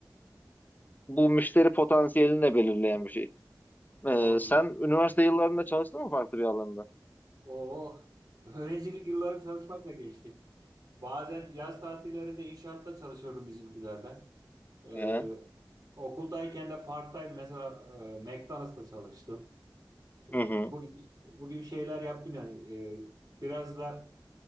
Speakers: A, on the left (about 25°); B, on the right (about 50°).
A: bu müşteri potansiyelini de belirleyen bir şey. E,
B: Doğrudur.
A: sen üniversite yıllarında çalıştın mı farklı bir alanda?
B: Oo, öğrencilik yılları çalışmakla geçti. Bazen yaz tatillerinde inşaatta çalışıyordum bizimkilerle. Ee,
A: Ee,
B: okuldayken de part-time mesela e, McDonald's'ta çalıştım. Ee,
A: Hı hı.
B: bu gibi, bu gibi şeyler yaptım yani. Ee, biraz da